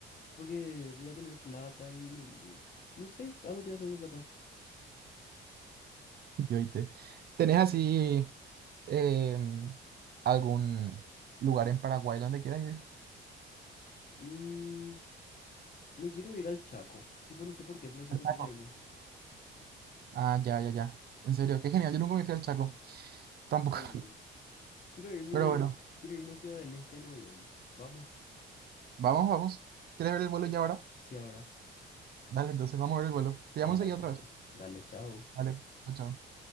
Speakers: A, on the left; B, on the right.
A: porque voy a tener plata y, me, y- no sé, algo quiero hacer con mi plata.
B: Yo y te. ¿Tenés así em, algún lugar en Paraguay donde quieras ir?
A: Mm, me quiero ir al Chaco. Tipo, no sé por qué, pero siempre
B: Al Chaco.
A: quise irme.
B: Ah, ya, ya, ya. En serio, qué genial. Yo nunca me fui al Chaco. Tampoco.
A: Yo tampoco.
B: <laughs>
A: Quiero irme,
B: Pero bueno,
A: quiero irme a Ciudad del Este en avión. Vamos.
B: vamos, vamos. ¿Quieres ver el vuelo ya ahora?
A: Sí, ahora.
B: Dale, entonces vamos a ver el vuelo. Te
A: Dale,
B: llamo enseguida
A: vamos
B: otra
A: a
B: vez.
A: ver. Dale, chao.
B: Vale, chao. chao.